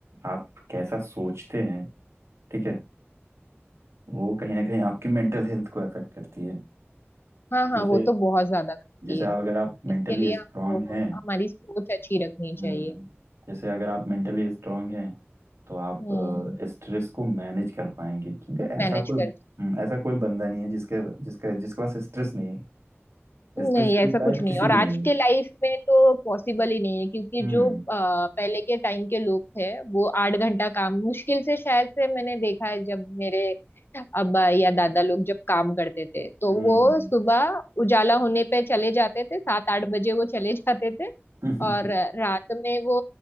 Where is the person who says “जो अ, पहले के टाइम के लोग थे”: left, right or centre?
Left